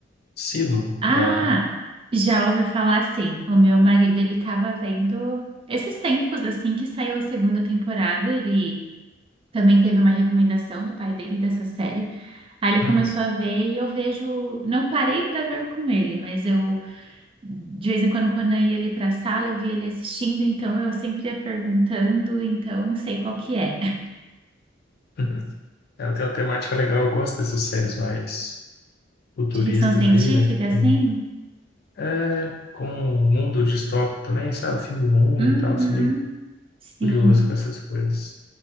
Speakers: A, on the left (about 55°); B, on the right (about 30°).
A: Silo,
B: Ah,
A: da.
B: já ouvi falar assim. O meu marido, ele tava vendo esses tempos assim que saiu a segunda temporada, ele também teve uma recomendação do pai dele dessa série. Aí
A: Aham.
B: ele começou a ver e eu vejo, não parei pra ver com ele, mas eu De vez em quando, quando eu ia ali para a sala, eu via ele assistindo, então eu sempre ia perguntando, então sei qual que é. <laughs>
A: <laughs> Ela tem uma temática legal, eu gosto dessas séries mais futuristas
B: De ficção científica,
A: aí, né? Que
B: assim?
A: tem. É, com um mundo distópico também, sabe? Fim do mundo
B: Uhum,
A: e tal, sou meio
B: sim,
A: curioso com essas coisas.